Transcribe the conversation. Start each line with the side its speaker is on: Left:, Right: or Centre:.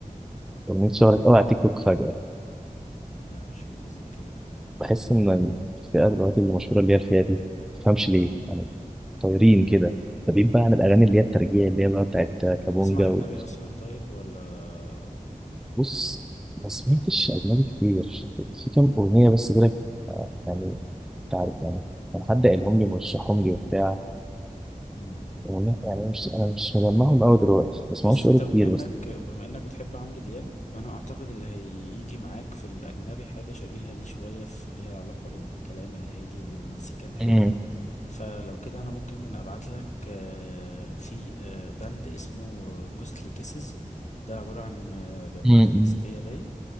Centre: اغنيه اتشهرت قوي على تيك توك فجاه
Left: لا مش متذكر
Centre: فبحس ان الفئه دلوقتي اللي مشهوره اللي هي الفئه دي ما تفهمش ليه يعني طايرين كده ده بعيد بقى عن الاغاني اللي هي الترجيع اللي هي بقى بتاعت كابونجا
Left: تسمع اجنبي اصلا طيب ولا
Centre: بص ما سمعتش أجنبي كتير في كام أغنية بس كده آه، يعني أنت عارف يعني كان حد قالهم لي مرشحهم لي وبتاع
Left: ايه
Centre: أغنية يعني مش أنا مش مجمعهم أوي دلوقتي بس
Left: بص
Centre: ما بقالي
Left: انت
Centre: كتير
Left: بما انك
Centre: بس
Left: بما انك بتحب عمرو دياب فانا اعتقد اللي هيجي معاك في الاجنبي حاجه شبيهه ليه شويه في ليها علاقه بالكلام الهادي والمزيكا الحلوه
Centre: أمم،
Left: فلو كده انا ممكن ابعت لك آه، في آه، بند اسمه جوستلي كيسز ده عباره عن آه، بنوته
Centre: أمم،
Left: مكسيكيه باين